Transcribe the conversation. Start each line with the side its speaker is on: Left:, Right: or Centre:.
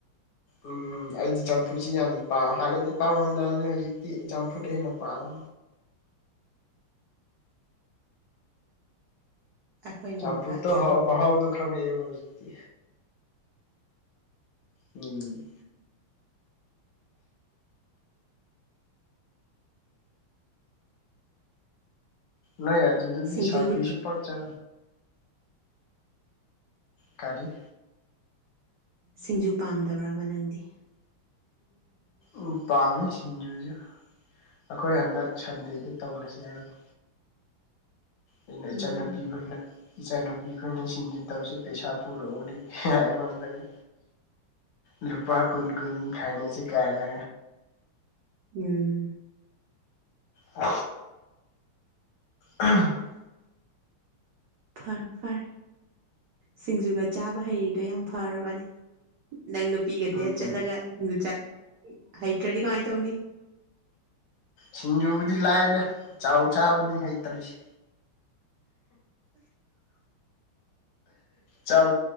Left: ꯎꯝ ꯑꯩꯗꯤ ꯆꯝꯐꯨꯁꯤ ꯌꯥꯝ ꯄꯥꯝ ꯍꯥꯟꯅꯗꯤ ꯄꯥꯝꯃꯝꯗꯕꯅꯤ ꯍꯧꯖꯤꯛꯇꯤ ꯆꯝꯐꯨꯗ ꯍꯦꯟꯅ ꯄꯥꯝ
Right: ꯑꯩꯈꯣꯏꯅ
Left: ꯆꯝꯐꯨꯇ
Right: ꯑꯃꯨꯛꯀ ꯁꯤꯡ
Left: ꯍ ꯃꯍꯥꯎꯗꯨ ꯈꯥꯟꯕꯖꯤꯛꯇꯗꯤ ꯎꯝ ꯅꯣꯏ ꯑꯗꯨꯗꯨꯗꯤ
Right: ꯁꯤꯡꯖꯨꯗꯤ
Left: ꯁꯒꯔꯤꯁꯨ ꯄ ꯆ ꯁꯔꯀꯔꯤ
Right: ꯁꯤꯡꯖꯨ ꯄꯥꯝꯗꯕ꯭ꯔꯕ ꯅꯪꯗꯤ <unintelligible>
Left: ꯎ ꯄꯥꯝꯃꯤ ꯁꯤꯡꯖꯨꯁꯨ ꯑꯩꯈꯣꯏ ꯍꯟꯗꯛ ꯁꯟꯗꯦꯗ ꯇꯧꯅꯁꯤ ꯍꯥꯏꯕꯅꯤ ꯑꯩꯅ
Right: ꯎꯝ
Left: ꯏꯆꯥꯅꯨꯄꯤ ꯈꯅ ꯏꯆꯥꯅꯨꯄꯤ ꯑꯩꯈꯣꯏꯅ ꯆꯤꯟꯁꯤ ꯇꯧꯁꯦ ꯄꯩꯁꯥ ꯄꯨꯔꯛꯎꯔꯤ ꯑꯩꯉꯣꯟꯗꯒ ꯂꯨꯄꯥ ꯀꯨꯟ ꯀꯨꯟ ꯈꯥꯏꯅꯁꯤ ꯀꯥꯏꯅ
Right: ꯎꯝ
Left: ꯑ ꯎ
Right: ꯎꯝ ꯐꯅ ꯐꯔꯦ ꯁꯤꯡꯖꯨꯒ ꯆꯥꯕ ꯍꯩꯗꯣ ꯌꯥꯝ ꯐꯔꯕꯅꯦ ꯅꯪ ꯄꯤꯒꯗꯦ
Left: ꯎꯝ
Right: ꯆꯠꯂꯒ ꯗꯨ ꯍꯩꯇ꯭ꯔꯗꯤ ꯀꯃꯥꯏꯅ ꯇꯧꯅꯤ
Left: ꯁꯤꯡꯖꯨꯕꯨꯗꯤ ꯂꯥꯛꯑꯗ ꯆꯥꯎ ꯆꯥꯕꯗꯤ ꯍꯩꯇꯔꯤꯁꯦ ꯆꯥꯎ